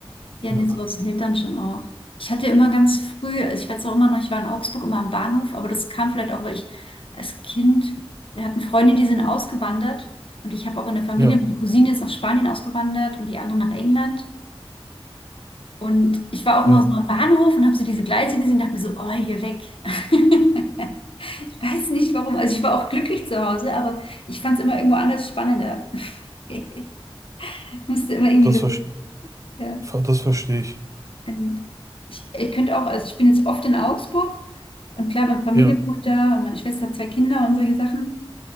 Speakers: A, on the left (about 65°); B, on the right (about 35°).
A: ja,
B: Ja,
A: nee, sowas hält dann schon auch. Ich hatte immer ganz früh, also ich weiß auch immer noch, ich war in Augsburg immer am Bahnhof, aber das kam vielleicht auch, weil ich als Kind, wir hatten Freunde, die sind ausgewandert und ich habe auch in der Familie,
B: ja,
A: meine Cousine ist nach Spanien ausgewandert und die andere nach England. Und ich war auch
B: ja.
A: immer so am Bahnhof und habe so diese Gleise gesehen, dachte mir so, oh, hier weg. <laughs> <laughs> Weiß nicht warum. Also ich war auch glücklich zu Hause, aber ich fand es immer irgendwo anders spannender. <laughs> Musste immer irgendwie
B: Das,
A: los.
B: ver
A: Ja.
B: das verstehe ich.
A: Und ich, ich könnte auch, also ich bin jetzt oft in Augsburg und klar, meine Familie
B: Ja,
A: wohnt da und meine Schwester hat zwei Kinder und solche Sachen.